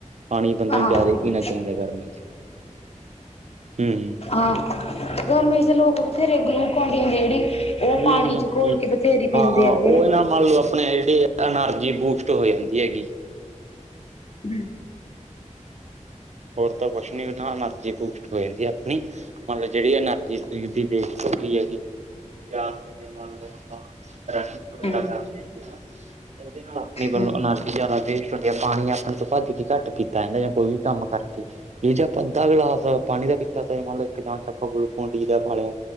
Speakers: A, on the right; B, on the left.
A: ਪਾਣੀ ਬੰਦੇ
B: ਆਹੋ
A: ਨੂੰ ਜ਼ਿਆਦਾ ਹੀ ਪੀਣਾ ਚਾਹੀਦਾ ਗਰਮੀ ਚ, ਹੂੰ।
B: ਆਹ ਗਰਮੀ ਚ ਲੋਕ ਬਥੇਰੇ ਗਲੂਕ ਡਦੇ ਜਿਹੜੀ ਉਹ
A: ਹੂੰ-ਹੂੰ-ਹੂੰ,
B: ਪਾਣੀ ਚ ਘੋਲ ਕੇ ਬਥੇਰੀ ਪੀਂਦੇ
A: ਹਾਂ-ਹਾਂ
B: ਹੈਗੇ
A: ਉਹ ਨਾ ਮੰਨ ਲਓ ਆਪਣੇ ਜਿਹੜੀ ਐਨਰਜੀ ਬੂਸਟ ਹੋ ਜਾਂਦੀ ਹੈਗੀ
B: ਹ
A: ਹੋਰ ਤਾਂ ਕੁਛ ਨੀ ਉਹ ਨਾ ਅਨਰਜੀ ਬੁਸਟ ਹੋ ਜਾਂਦੀ ਆਪਣੀ ਮਤਲਬ ਜਿਹੜੀ ਐਨਰਜੀ ਸਰੀਰ ਦੀ ਦੇਖ ਸਕਦੀ ਐ ਜੀ। ਜਾਂ ਤੁਸੀਂ ਮੰਨ ਲੈ, ਆਪਾਂ ਰਨਿੰਗ ਵਗੈਰਾ
B: ਹਮ
A: ਕਰਦੇ ਹੈਗੇ ਹਨਾ ਉਹਦੇ ਨਾਲ ਆਪਣੀ ਵੱਲੋਂ
B: ਹੂੰ,
A: ਅਨਰਜ਼ ਜ਼ਿਆਦਾ ਵੇਸਟ ਹੁੰਦੀ ਆ। ਪਾਣੀ ਆਪਣੇ ਤੋਂ ਭੱਜ ਕੇ ਘੱਟ ਕੀਤਾ ਕਹਿੰਦਾ ਜਾਂ ਕੋਈ ਵੀ ਕੰਮ ਕਰ ਇਹ ਜੇ ਆਪਾਂ ਅੱਧਾ ਗਲਾਸ ਪਾਣੀ ਦਾ ਪੀਤਾਂ ਤਾਂ ਮੰਨ ਲੋ ਇੱਕ ਗਿਲਾਸ ਚ ਆਪਾਂ ਗੁਲਕੁ ਡੀ ਦਾ ਪਾ ਲਿਆ।